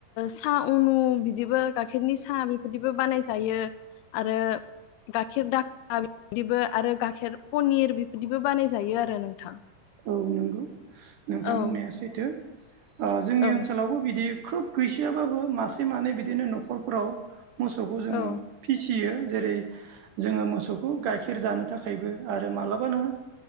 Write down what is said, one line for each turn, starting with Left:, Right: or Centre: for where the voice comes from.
Left: साहा उनु बिदिबो गाइखेरनि साहा बेफोरदिबो बानाय जायो आरो। गाइखेर दाखा बिदिबो आरो गाइखेर पनिर बेफोरदिबो बानायजायो आरो नोंथां
Right: औ नंगौ नोंथांमोननाया
Left: औ
Right: सैथो जोंनि
Left: औ
Right: ओनसोलावबो बिदि खोब गैसोयाबाबो मासे मानै बिदिनो न'खरफोराव मोसौखौ जोङो
Left: औ
Right: फिसियो जेरै जोङो मोसौखौ गाइखेर जानो थाखायबो आरो मालाबा नोङो